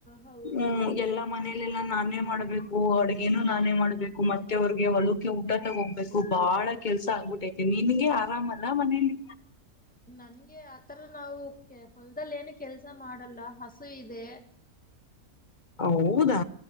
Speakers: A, in the centre; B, on the left (about 35°).
A: ಹೌದು
B: ಹ್ಮ್ ಎಲ್ಲಾ ಮನೆ ಲ್ಲ ನಾನೇ ಮಾಡ್ಬೇಕು ಅಡ್ಗೇನು ನಾನೇ ಮಾಡ್ಬೇಕು ಮತ್ತೆ ಅವ್ರಿಗೆ ಹೊಲಕೆ ಊಟ ತಗೋಗ್ಬೇಕು ಬಹಳ ಕೆಲ್ಸ ಆಗ್ಬಿಟ್ಟತಿನಿ ನಿನ್ಗೆ ಆರಾಮಲ್ಲಾ ಮನೇಲಿ
A: ನಂಗೆ ಆತರ ನಾವು ಕೆ ಹೊಲದದಲ್ಲಿ ಏನು ಕೆಲ್ಸ ಮಾಡಲ್ಲ ಹಸು ಇದೆ
B: ಹೌದಾ